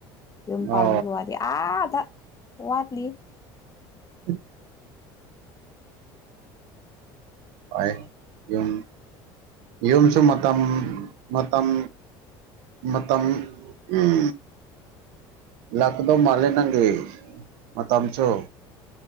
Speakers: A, on the left; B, on the right.
A: ꯌꯨꯝ ꯄꯥꯟꯕꯃꯤꯒꯤ
B: ꯑꯣ
A: ꯋꯥꯗꯤ ꯑꯥꯗ ꯋꯥꯠꯂꯤ
B: ꯎꯝ ꯍꯣꯏ ꯌꯨꯝ ꯌꯨꯝꯁꯨ ꯃꯇꯝ ꯃꯇꯝ ꯃꯇꯝ ꯎꯝ ꯂꯀꯗꯣ ꯃꯥꯂꯦ ꯅꯪꯒꯦ ꯃ ꯃꯇꯝꯝꯁꯨꯣ